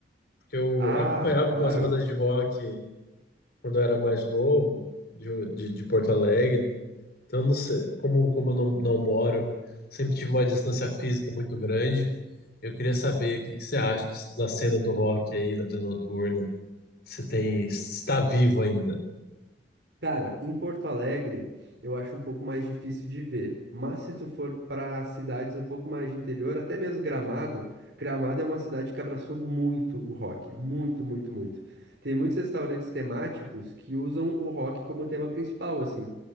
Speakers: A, on the left; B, on the right.
A: porque eu
B: Ah,
A: acompanhava
B: claro.
A: algumas bandas de rock. quando eu era mais novo, de, de, de Porto Alegre. Então, eu não sei, como, como eu não, não moro, sempre tive uma distância física muito grande. Eu queria saber o que, que você acha dos- da cena do rock aí, da vida noturna. Você tem, está vivo ainda,
B: Cara, em Porto Alegre eu acho um pouco mais difícil de ver, mas se tu for para cidades um pouco mais de interior, até mesmo Gramado, Gramado é uma cidade que abraçou muito o rock, muito, muito, muito. Tem muitos restaurantes temáticos que usam o rock como tema principal, assim.